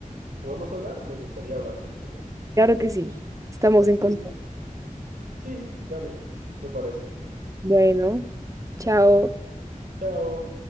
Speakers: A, on the right; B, on the right.
A: podemos hablar, me gustaría hablar contigo otra vez.
B: claro que sí. Estamos
A: Sí,
B: en contacto.
A: sí. Sí, dale, me parece.
B: Bueno, chao.
A: Chao.